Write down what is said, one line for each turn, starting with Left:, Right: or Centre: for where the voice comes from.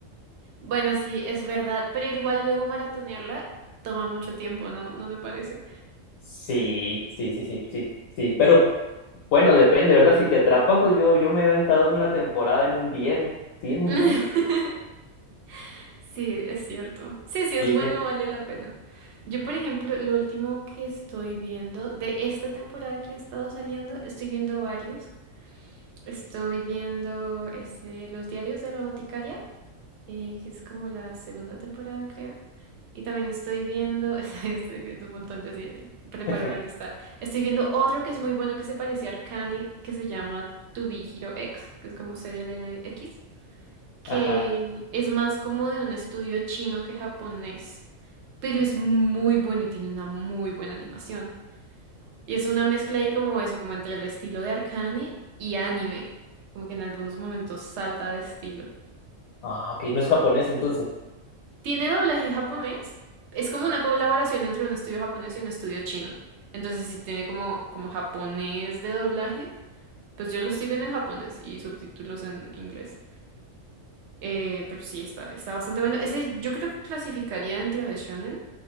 Right: Bueno, sí, es verdad, pero igual luego maratonearla toma mucho tiempo, ¿no? ¿No te parece?
Left: Sí, sí, sí, sí, sí, sí. Pero bueno, depende, ¿verdad? Si te atrapa, pues yo, yo me he aventado una temporada en un día, en un, sí, en un
Right: <laughs>
Left: día.
Right: Sí, es cierto. Sí, sí,
Left: Sí,
Right: es bueno,
Left: que-
Right: vale la pena. Yo, por ejemplo, lo último que estoy viendo de esta temporada que ha estado saliendo, estoy viendo varios. Estoy viendo este, Los diarios de la boticaria. eh, que es como la segunda temporada, creo. Y también estoy viendo, <laughs> estoy viendo un montón, yo así preparo
Left: <laughs>
Right: la lista. Estoy viendo otro que es muy bueno que se parece a Arcane, que se llama To Be Hero X, que es como ser el héroe X, que
Left: Ajá.
Right: es más como de un estudio chino que japonés, pero es muy bueno y tiene una muy buena animación. Y es una mezcla ahí como eso, como entre el estilo de Arcane y anime, como que en algunos momentos salta de estilo.
Left: Ah, ok, no es japonés entonces.
Right: Tiene doblaje japonés. Es como una colaboración entre un estudio japonés y un estudio chino. Entonces, si tiene como, como japonés de doblaje, pues yo lo estoy viendo en japonés y subtítulos en inglés. Eh, pero sí, está, está bastante bueno. Ese yo creo que clasificaría dentro de shonen,